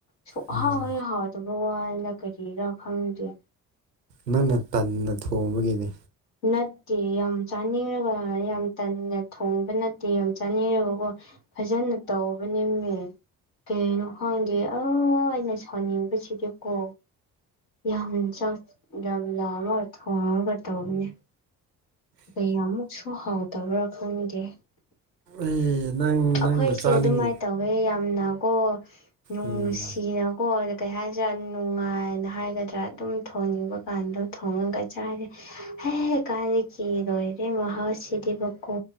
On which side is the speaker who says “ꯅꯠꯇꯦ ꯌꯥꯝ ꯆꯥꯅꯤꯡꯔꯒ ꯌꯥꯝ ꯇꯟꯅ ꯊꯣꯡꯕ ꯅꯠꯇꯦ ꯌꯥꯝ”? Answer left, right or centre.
Left